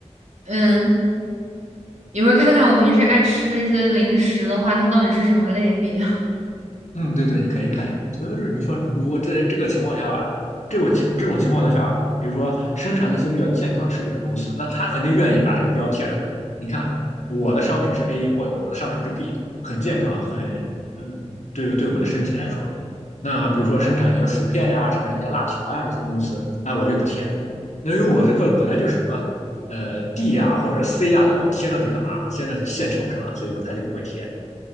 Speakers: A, on the right; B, on the left.
A: 嗯，一会儿看看我平时爱吃的一些零食的话，它到底是什么类别 <laughs>
B: 嗯，对对，你可以看一看。所以说，你说如果在这个情况下，这种情这种情况的下，比如说生产那些比较健康食品的公司，那他肯定愿意把这个标贴上去嘛。你看，我的商品是 A，或者我的商品是 B，很健康，很嗯，对对我们的身体来说。那比如说生产一些薯片呀，生产一些辣条呀这些公司，哎，我就不贴。那因为我这个本来就是什么呃 D 呀或者 C 呀的，我贴上去干嘛？我贴上去献丑是吧？所以说他就不会贴。